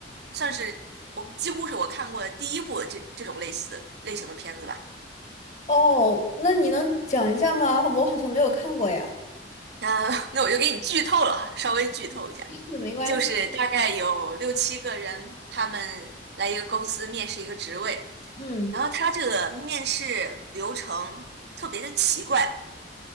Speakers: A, on the right (about 60°); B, on the left (about 40°).
A: 算是我几乎是我看过的第一部这这种类似的类型的片子吧。
B: 哦，那你能讲一下吗？我好像没有看过呀。
A: 那那我就给你剧透了哈，稍微剧透一下，
B: <laughs> 是，没关系。
A: 就是大概有六七个人，他们来一个公司面试一个职位，
B: 嗯
A: 然后他这个面试流程特别的奇怪，